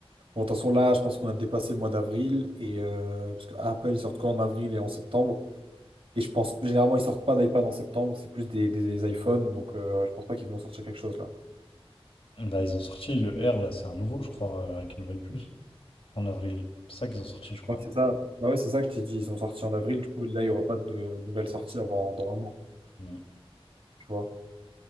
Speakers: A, on the right; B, on the left.
A: Bon, attention, là, je pense qu'on a dépassé le mois d'avril et euh, parce que Apple, ils sortent quand en avril et en septembre. Et je pense, généralement, ils sortent pas d'iPad en septembre, c'est plus des, des iPhones, donc euh, je pense pas qu'ils vont sortir quelque chose là.
B: Bah, ils ont sorti le R, là, c'est un nouveau, je crois, euh, avec une nouvelle puce, en avril. C'est ça qu'ils ont sorti, je crois.
A: Ouais, c'est ça. Bah ouais, c'est ça que tu dis. Ils ont sorti en avril, du coup, là, il y aura pas de nouvelles sorties avant dans un an,
B: Mm.
A: tu vois.